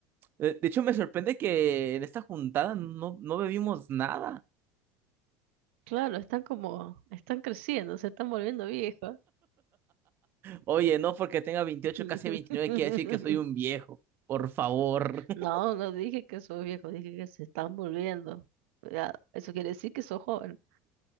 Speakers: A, on the right; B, on the right.
A: Eh, De hecho, me sorprende que en esta juntada no, no bebimos nada.
B: Claro, están como, están creciendo, se están volviendo viejos.
A: Oye, no porque tenga 28
B: <laughs>
A: casi 29 quiere decir que soy un viejo. Por favor. <laughs>
B: No, no dije que sos viejo, dije que se están volviendo. Cuidado, eso quiere decir que sos joven.